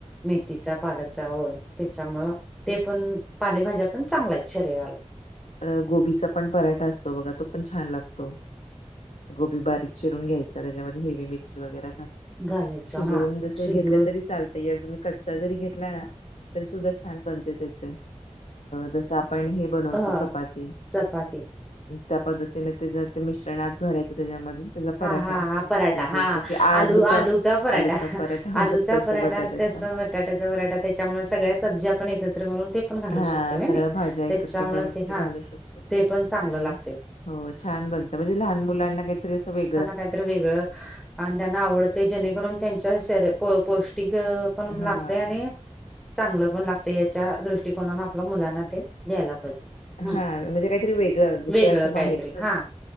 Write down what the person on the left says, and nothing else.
अ गोबीचा पण पराठा असतो बघा तो पण छान लागतो गोबी बारीक चिरून घ्यायचा त्याच्यामध्ये हेवी मिरची वगैरे घालू
शिजवून
जस
घेतलं तरी चालत याजु मी कच्चा जरी घेतला ना तरी सुद्धा छान बनते त्याच जस आपण हे बन
त चपाती
त्या पद्धतीने ते ज ते मिश्रणात भरायच त्याच्यामध्ये त्याचा पराठा
जसं
की आलूचा
आलूचा पराठा म्हणतात
तसं
बटाट्याचा
हा
सगळ्या भाज्या एकत्र
करून
घालू शकतो
आणि
हो छान बनत म्हणजे लहान मुलांना काहीतरी अस वेग
हा
हां,
म्हणजे काहीतरी वेगळं दुसरं
असं
बाहेरचं